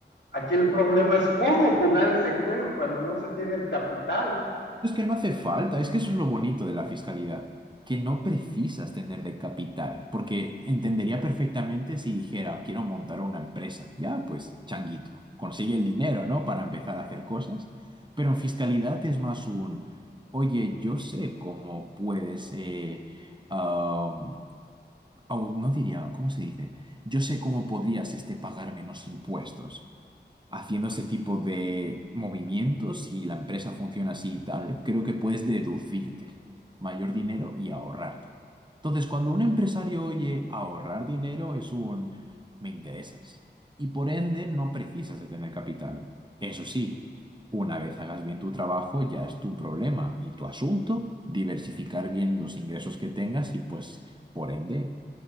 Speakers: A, on the left; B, on the right.
A: aquí el problema es cómo jugar ese juego cuando no se tiene el capital.
B: Es que no hace falta, es que eso es lo bonito de la fiscalidad, que no precisas tener de capital, porque entendería perfectamente si dijera, quiero montar una empresa. Ya, pues, changuito, consigue el dinero, ¿no? Para empezar a hacer cosas. Pero en fiscalidad es más un, oye, yo sé cómo puedes, eh, am, au- no diría, ¿cómo se dice? Yo sé cómo podrías este, pagar menos impuestos haciendo ese tipo de movimientos y la empresa funciona así y tal, creo que puedes deducirte mayor dinero y ahorrarte. Entonces, cuando un empresario oye ahorrar dinero, es un me interesas. Y por ende, no precisas de tener capital. Eso sí, una vez hagas bien tu trabajo, ya es tu problema y tu asunto diversificar bien los ingresos que tengas y pues, por ende,